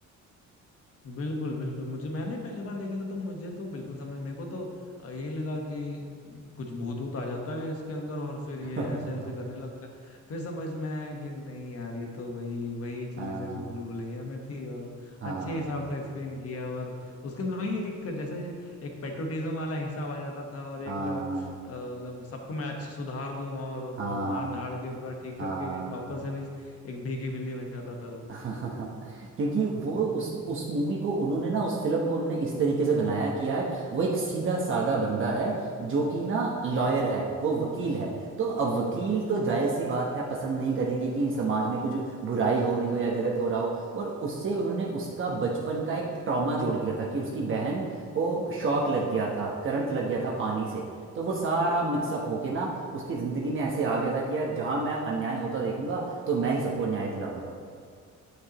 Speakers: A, on the left (about 50°); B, on the right (about 45°).
A: बिल्कुल बिल्कुल मुझे मैंने पहली बार देखी था तो मुझे तो बिल्कुल समझ मेरे को तो अ, यही लगा कि कुछ भूत वूत आ जाता है इसके अंदर और फिर
B: <laughs>
A: ये ऐसे ऐसे करने लगता है फिर समझ में आया कि नहीं यार ये तो वही वही चीज
B: हाँ
A: है जो भूल भुलैया में थी और
B: हाँ
A: अच्छे हिसाब से एक्सप्लेन किया और उसके अंदर वही एक जैसे एक पेट्रोटिज्म वाला हिसाब आ जाता था और एक
B: हाँ
A: अ, मतलब सबको मैं अच्छे सुधार दूं और
B: हाँ
A: मतलब मार धाड़ के पूरा ठीक
B: हाँ
A: करके वापस से वही एक भीगी बिल्ली बन जाता था वो
B: <laughs> क्योंकि वो उस उस मूवी को उन्होंने ना उस फिल्म को उन्होंने इस तरीके से बनाया है कि यार वो एक सीधा साधा बंदा है जो कि ना लॉयर
A: हम्म
B: है वो वकील है तो अब वकील तो जायज़ सी बात है पसंद नहीं करेंगे कि समाज में कुछ बुराई हो रही हो या गलत हो रहा हो और उससे उन्होंने उसका बचपन का एक ट्रॉमा जोड़ दिया था कि उसकी बहन को शॉक लग गया था करंट लग गया था पानी से तो वो सारा मिक्सअप होके ना उसकी ज़िंदगी में ऐसे आ गया था कि यार जहाँ मैं अन्याय होता देखूंगा तो मैं ही सबको न्याय दिलाऊंगा